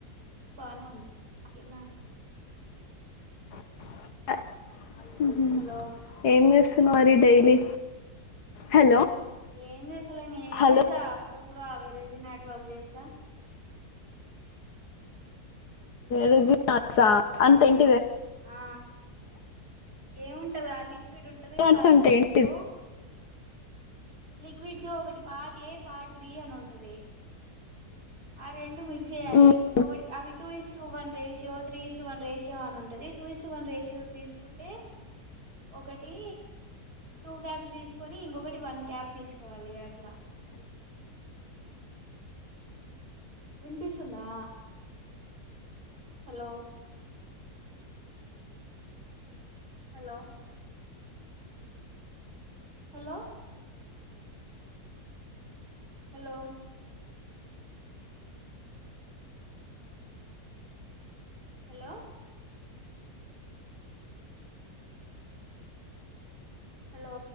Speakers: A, on the right; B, on the left.
A: బానే ఉంది తిన్నా
B: స హ్మ్ హు
A: హలో
B: ఏంచేస్తు మరి డైలీ హలో
A: ఏం చేస్తా లే ఏం
B: హలో
A: చేసా అప్పుడప్పుడు అవి రెజినార్ట్ అవిచేస్తా
B: రెజినార్ట్స్ ఆహ్ అంతే
A: ఆ ఏముంటదా లిక్విడ్ ఉంటది
B: రెజినాట్స్
A: కదా
B: అంటే
A: లిక్విడ్స్
B: ఏంటిది
A: లిక్విడ్స్ ఒకటి పార్ట్ ఏ పార్ట్ బి అని ఉంటది ఆ రెండు మిక్స్ చేయాలి
B: మ్,
A: ఒకటి అవి two is two one ratio three is two ist one ratio అని ఉంటుది టూ ఇస్టు వన్ రేసియో తీసుకుంటే ఒకటి టూ క్యాబ్స్ తీసుకొని ఇంకొకటి వన్ క్యాబ్ తీసుకోవాలి అట్లా వినిపిస్తుందా hello hello hello hello hello hello